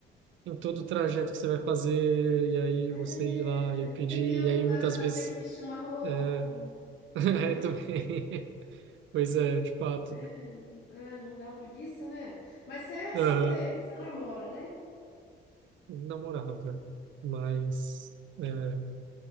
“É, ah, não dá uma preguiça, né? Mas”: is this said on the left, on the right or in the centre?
Left